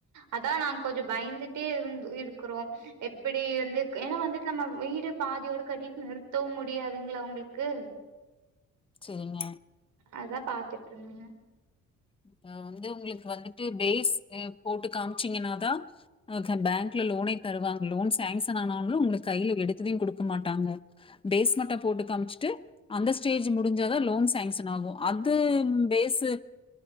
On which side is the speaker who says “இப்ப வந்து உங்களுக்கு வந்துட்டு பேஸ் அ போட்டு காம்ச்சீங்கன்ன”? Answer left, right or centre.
Left